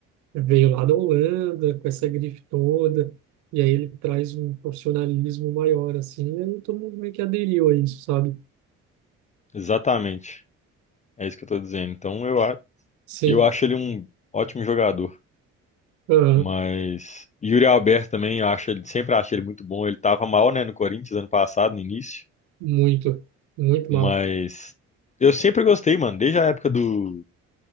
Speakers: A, on the right; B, on the left.
A: veio lá da Holanda com essa grife toda, e aí ele traz um profissionalismo maior, assim, e aí todo mundo meio que aderiu a isso, sabe?
B: Exatamente. É isso que eu tô dizendo. Então, eu, a-
A: Sim,
B: eu acho ele um ótimo jogador.
A: aham,
B: Mas Yuri Alberto também, eu acho ele, sempre achei ele muito bom. Ele tava mal, né, no Corinthians ano passado, no início.
A: muito, muito
B: Mas
A: mal.
B: eu sempre gostei, mano, desde a época do,